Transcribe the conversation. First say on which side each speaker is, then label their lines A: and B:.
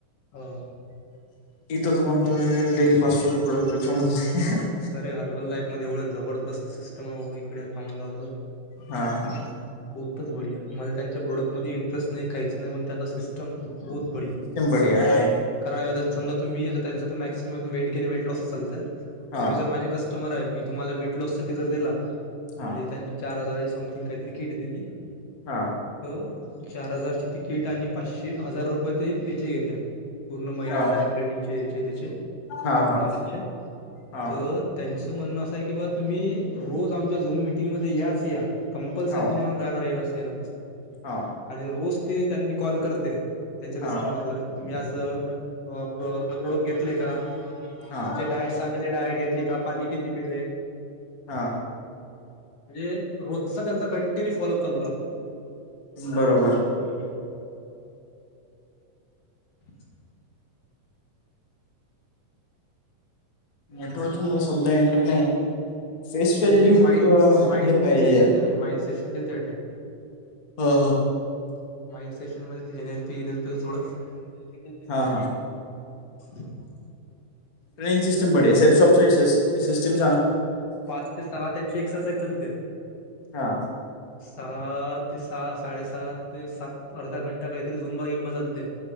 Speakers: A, on the left (about 50°); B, on the left (about 35°).
A: हो.
B: <unintelligible>
A: अरे हर्बल लाईफ मध्ये एवढं जबरदस्त सिस्टम आहे इकडे थामणगावचं
B: हा हा
A: <inaudible>
B: <unintelligible>
A: कारण आता समजा तुम्ही आता त्यांचं maximum weight gain weight lost चा लतं
B: हा
A: तुम्ही जर माझे कस्टमर आहे मी तुम्हाला वेट लॉस साठी जर दिला म्हणजे
B: हा
A: त्यांची चार हजाराची समथिंग काहीतरी किट येत
B: हां.
A: तर चार हजारची तिकीट आणि पाचशे हजार रुपये ते याचे येते. पूर्ण महिन्याभराचे
B: हा
A: ट्रेनिंगचेहेचे त्याचे
B: हा हा
A: नॉलेजचे
B: हा
A: तर त्यांचं म्हणणं असं आहे की बा तुम्ही रोज आमच्या झूम मिटिंगमध्ये याच या कंपल्सरी
B: हो
A: तुम्हाला राहणार येनास येनच
B: हा
A: आणि रोज ते त्यांनी कॉल करते त्यांच्या
B: हा
A: कस्टमरला तुम्ही आज आप प्रोडक् घेतले का
B: हा
A: तचे डायट सांगाय डायट घेतली का पाणी किती पिले
B: हा
A: म्हणजे रोजचा त्यांचा कंटिन्यू फॉलोप चालू राहतो
B: बरोबर
A: <unintelligible> <unintelligible>
B: नेटवर्क सधा एंटर नाही फेस
A: त्यांचे
B: व्हॅल्यू
A: मी माइंड
B: किंवा
A: माइंडचे
B: हे पाहिजे
A: गेलते माइंड सेन के अटेड
B: हो हो
A: <inaudible>
B: हा हा
A: <unintelligible>
B: ट्रेिंग सिटम बि सेप शॉपचा विशस सिटीम
A: हा पाच ते सहा त्यांची एक्सरसाइज चालते
B: हा.
A: सहा ते सहा साडेसात ते सात अर्धा घंटा काहीतरी झुंबा गिंबा चालते